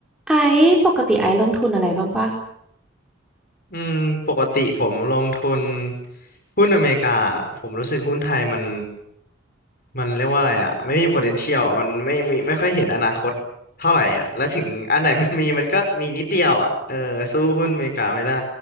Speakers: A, in the centre; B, on the left.
A: ไอซ์ปกติไอซ์ลงทุนอะไรบ้างปะ
B: อืมปกติผมลงทุนหุ้นอเมริกาผมรู้สึกหุ้นไทยมันมันเรียกว่าอะไรอ่ะไม่มี potential อะมันไม่มีไม่ค่อยเห็นอนาคตเท่าไหร่อ่ะแล้วถึงอันไหน <laughs> มันมีมันก็มีนิดเดียวอ่ะเออสู้หุ้นอเมริกาไม่ได้